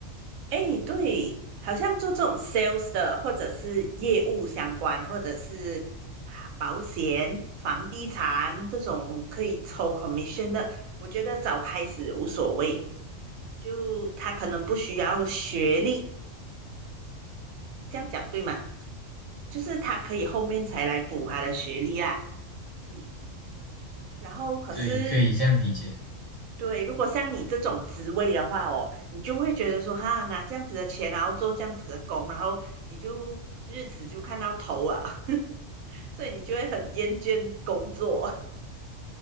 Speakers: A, on the right (about 85°); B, on the left (about 35°).
A: 哎，对，好像做这种 sales 的，或者是业务相关，或者是啊保险、房地产这种可以抽 commission 的，我觉得早开始无所谓，就他可能不需要学历。这样讲对吗？就是他可以后面才来补他的学历啦，嗯，然后可是
B: 对，可以这样理解。
A: 对，如果像你这种职位的话哦，你就会觉得说哈，拿这样子的钱，然后做这样子的工，然后你就日子就看到头啊，<laughs> 所以你就会很厌倦工作，